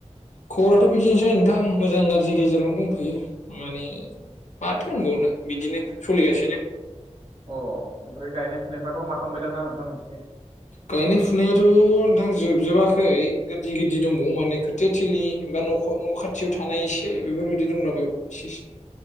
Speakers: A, on the left (about 80°); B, on the right (about 50°).
A: खबराथ' बिदिनोसै नोंथां मोजां गारजि गेजेरावनो दंथ'यो। माने माथो होनबावनो बिदिनो सलिगासिनो
B: अ ओमफ्राय गायनाय फुनायफ्राथ' हाखांबाय दां ना नोंथां नोंसिनिथिं?
A: गायनाय फुनायाथ' नोंथां जोबजोबाखै गोदि गिदि दंबावो माने खोथिया थोलि बा न'ख न' खाथियाव थानाय एसे बेफोरबायदि दंला बायो एसे एसे